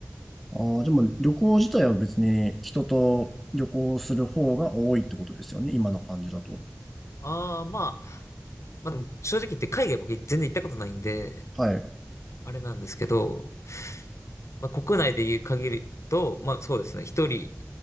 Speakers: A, in the centre; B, on the left.
A: ああ、でも旅行自体は別に人と旅行する方が多いってことですよね、今の感じだと。
B: ああ、まあ、まあでも正直言って海外僕全然行ったことないんで、
A: はい。
B: あれなんですけど、まあ、国内で言う限りと、まあそうですね、一人、